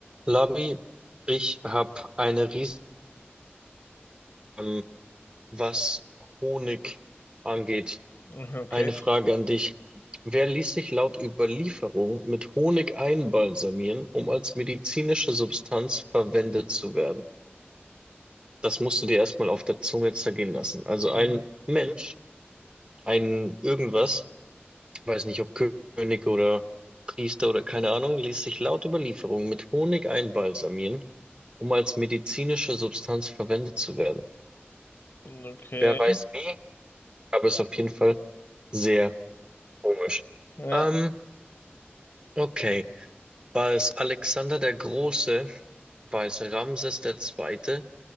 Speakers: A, on the right; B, on the left.
A: Labi, ich habe eine riesige, ähm, was Honig angeht.
B: Okay.
A: Eine Frage an dich. Wer ließ sich laut Überlieferung mit Honig einbalsamieren, um als medizinische Substanz verwendet zu werden? Das musst du dir erstmal auf der Zunge zergehen lassen. Also
B: Mhm.
A: ein Mensch, ein irgendwas, weiß nicht, ob König oder Priester oder keine Ahnung, ließ sich laut Überlieferung mit Honig einbalsamieren, um als medizinische Substanz verwendet zu werden.
B: Okay.
A: Wer weiß wie, aber ist auf jeden Fall sehr komisch.
B: Ja,
A: Ähm, okay. War es Alexander der Große? War es Ramses der Zweite?